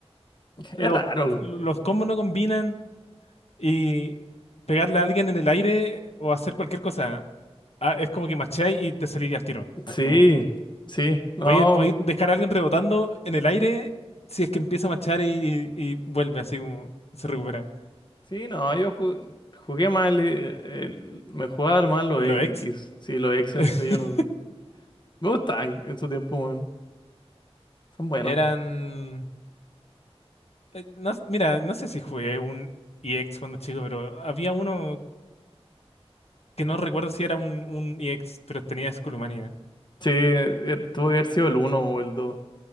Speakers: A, on the left (about 70°); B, on the left (about 45°).
A: los,
B: es raro.
A: los combos no combinan y pegarle a alguien en el aire o hacer cualquier cosa, ah, es como que macháis y te salís al tiro, así
B: Sí,
A: como,
B: sí, no,
A: podéis podéis dejar a alguien rebotando en el aire si es que empieza a machar y, y- y vuelve, así como se recupera.
B: sí, no, yo ju- jugué mal, eh, el- me jugaba mal los
A: Los
B: X,
A: ex
B: sí, los X
A: <laughs>
B: en Play yo no, me gustaban en su tiempo, weón, son buenos.
A: eran, eh, no- mira, no sé si jugué un EX cuando chico, pero había uno que no recuerdo si era un, un EX, pero tenía Skullmania.
B: Sí, eh, tuvo que haber sido el uno o el 2,